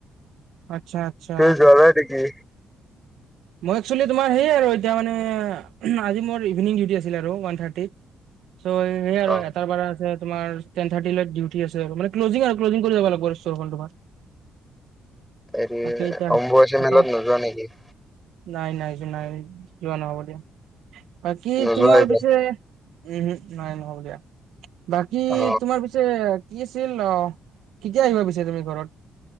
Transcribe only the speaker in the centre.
তুমি যোৱা নাই নেকি?
অ
হেৰি
অম্বুৱাচী
মেলাত নোযোৱা নেকি?
নোযোৱা
এইবাৰ?
অ।